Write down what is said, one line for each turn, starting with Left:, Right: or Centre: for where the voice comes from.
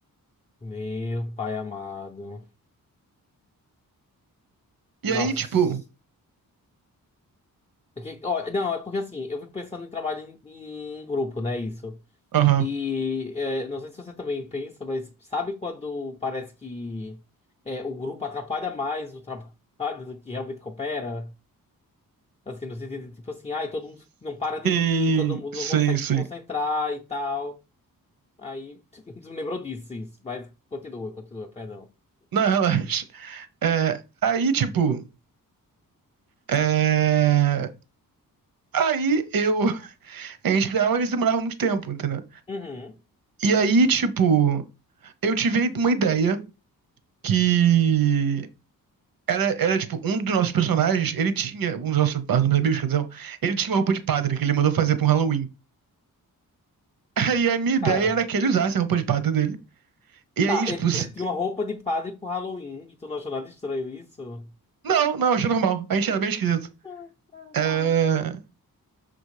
Left: Meu pai amado.
Right: E
Left: Nossa.
Right: aí, tipo,
Left: É que- ó, não, é porque assim, eu fico pensando em trabalho em, em grupo, né? Isso.
Right: aham.
Left: E é, não sei se você também pensa, mas sabe quando parece que é, o grupo atrapalha mais o trabalho <laughs> do que realmente coopera? Assim, no sentido de tipo assim, ai, todo mundo não para de
Right: Sim,
Left: rir, todo mundo
Right: sim,
Left: não consegue
Right: sim.
Left: se concentrar e tal. Aí <laughs> me lembrou disso, isso. Mas continua, continua, perdão.
Right: Não, relaxa. É, aí, tipo. é, Aí eu. <laughs> A gente criava, mas demorava muito tempo, entendeu?
Left: Uhum.
Right: E aí, tipo. Eu tive uma ideia que. Era, era, tipo, um dos nossos personagens, ele tinha. Um dos nossos, ah, dos meus amigos, quer dizer, ele tinha uma roupa de padre que ele mandou fazer pra um Halloween. <laughs> Aí a minha ideia
Left: Cara.
Right: era que ele usasse a roupa de padre dele. E
Left: Tá,
Right: aí, tipo.
Left: ele,
Right: se-
Left: ele tinha uma roupa de padre pro Halloween e tu não achou nada estranho isso?
Right: Não, não, achei normal. A gente era bem esquisito.
Left: Ah, ah,
Right: É...
Left: tá, né?